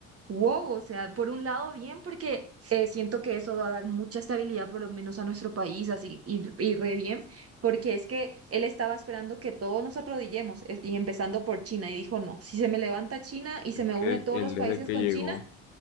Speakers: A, on the right; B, on the left.
A: Wow, o sea, por un lado bien, porque eh, siento que eso va a dar mucha estabilidad por lo menos a nuestro país, así, y, y re bien, porque es que él estaba esperando que todos nos arrodillemos, es- y empezando por China, y dijo, no, si se me levanta China y se me
B: que
A: une todos
B: él
A: los
B: desde
A: países
B: que
A: con
B: llegó.
A: China,